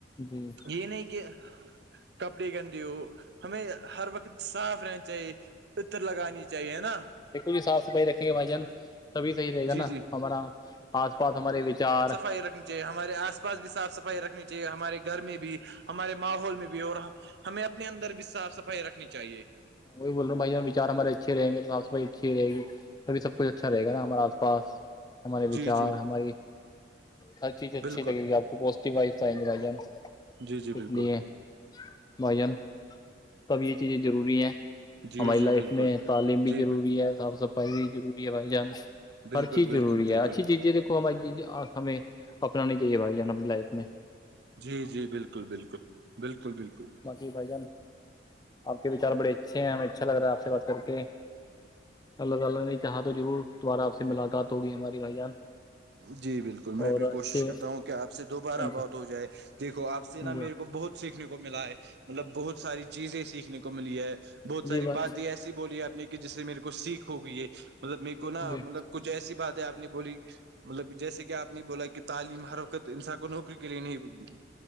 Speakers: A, on the left; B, on the right.
A: جی
B: یہ نہیں کہ کپڑے گندے ہو ہمیں ہر وقت صاف رہنا چاہیے عطر لگانی چاہیے نا
A: بالکل جی صاف صفائی رکھیں گے بھائی جان تبھی صحیح رہے
B: جی
A: گا نا
B: جی
A: ہمارا آس پاس ہمارے وچار
B: س رکھنی چاہے ہمارے آس پاس بھی صاف صفائی رکھنی چاہیے ہمارے گھر میں بھی ہمارے ماحول میں بھی اور رہ ہمیں اپنے اندر بھی صاف صفائی رکھنی چاہیے
A: ہ وہی بول رہا ہ بھائیارچار ہمارے اچھےیں گے توافائی اچھی ہی رہےی تبھی سب کچھ اچھا رہے گا نا ہمارے آس پاس ہمارے
B: جی
A: وچار
B: جی
A: ہماری ہر چیز
B: بالکل
A: اچھی لگے گی آپ کو پوازیٹیو وائفس آئیں گے بھائی جان
B: جی جی
A: اس
B: بالکل
A: لیے بھائی جان توب یہ چیزیں ضروری ہیں
B: جی
A: ہماری لائف
B: جی بالکل
A: میں تعلیم بھی
B: جی
A: ضروری ہے صاف صفائی بھی ضروری ہے بھائی جان
B: بالکل
A: ہر چیز
B: بالکل
A: ضروری
B: بالکل
A: ہے اچھی چیزیں دیکھو ہماری ہمیں اپنانی چاہیے بھائی جان ا لائف میں
B: جی جی بالکل بالکل بالکل بالکل
A: ماشی بھائی جان آپ کے وچار بڑے اچھے ہمیں اچھا لگ رہا ہے آپ سے بات کر کے اللہ تعالی نے چاہا تو ضرور تمہارا اپ سے ملاقات ہوگی ہماری بھائی جان
B: جی بالکل میں
A: اور
B: بھی
A: اچھے
B: کوشش کرتا ہوں کہ آپ سے دوبارہ
A: جی
B: بات ہو جائے دیکھو آپ سے
A: جی
B: نا میرے کو بہت سیکھنے کو ملا ہے مطلب بہت ساری چیزیں سیکھنے کو ملی ہے بہت ساری
A: جی بھائی
B: باتیں ایسی بولی آ نے کہ جس سے میرے کو سیکھ ہو گئی ہے مطلب میرے کو نا
A: جی
B: مطلب کچھ ایسی بات ہے آپ نے بولی مطلب جیسے کہ آپ نے بولا کہ تعلیم ہر وقت انسان کو نوکری کے لیے نہیں